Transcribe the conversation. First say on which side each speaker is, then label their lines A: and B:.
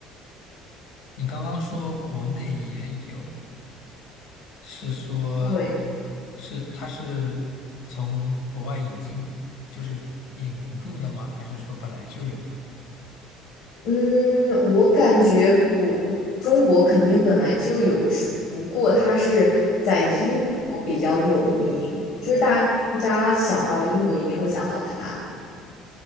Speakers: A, on the left; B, on the left.
A: 你刚刚说国内也有。是说，
B: 对
A: 是它是从国外引进，就是引入的吗？还是说本来就有呢？
B: 嗯，我感觉国中国肯定本来就有，只不过它是在英国比较有名，就是大家想到英国一定会想到它。